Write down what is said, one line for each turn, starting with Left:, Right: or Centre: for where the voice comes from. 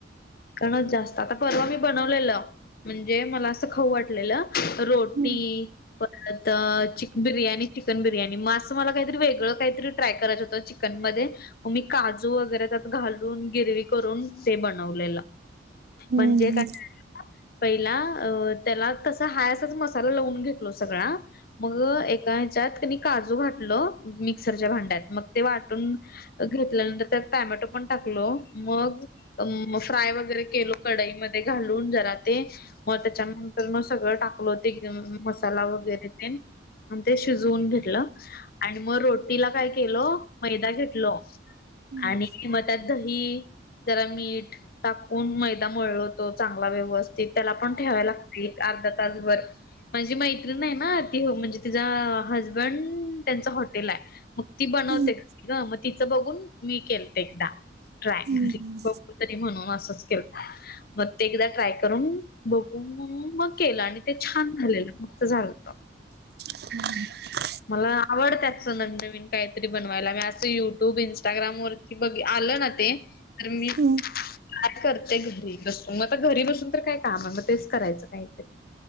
Left: कारण, जास्त आता परवा मी बनवलेलं. म्हणजे, मला असं खाऊ वाटलेलं रोटी-
Right: हम्म,
Left: परत चिक बिर्याणी, चिकन बिर्याणी, म असं मला काहीतरी वेगळं काहीतरी ट्राय करायचं होतं चिकन मध्ये- मग मी काजू वगैरे, त्यात घालून गिरवी करून ते बनवलेलं
Right: हम्म,
Left: म्हणजे काय- पहिला अ.. त्याला तसा हाय असच मसाला लावून घेतलो सगळा- मग एका ह्याच्यात कनी काजू घातलं, मिक्सरच्या भांड्यात मग ते वाटून- घेतल्यानंतर त्यात टॉमेटो पण टाकलो, मग- फ्राय वगैरे केलो कडाईमध्ये घालून जरा- ते मग त्याच्यानंतर मग सगळं टाकलं होत, एकदम मसाला वगैरे तेन- आणि ते शिजवून घेतलं आणि मग रोटीला काय केलं, मैदा घेतलो, -
Right: हम्म,
Left: आणि म <unintelligible> तात दही- जरा मीठ टाकून मैदा मळलतो चांगला व्यवस्थ- त त्याला पण ठेवाय लागतय, एक अर्धा तासभर. माझी मैत्री नाही ना, ती हो म्हणजे तिचा हजबंड त्यांच हॉटेल आहे. मग ती बनवते,
Right: हम्म,
Left: मग तिचं बघून मी केलते एकदा. ट्राय
Right: हम्म,
Left: <unintelligible> घरी
Right: हम्म,
Left: तरी म्हणून असच के मग ते एकदा ट्राय- तर बघून मग केलं आणि ते छान झालेलं मस्त झालंत.
Right: <inaudible>
Left: मला आवडत्यात, सो नवीनवीन काहीतरी बनवायला, मी असं युट्यूब इंस्टाग्रामवर- बघ आलं ना ते, तर मी काय
Right: हम्म.
Left: करते घरी बसून, मग घरी बसून- तर काय हाय काम मग तेच करायचं काहीतरी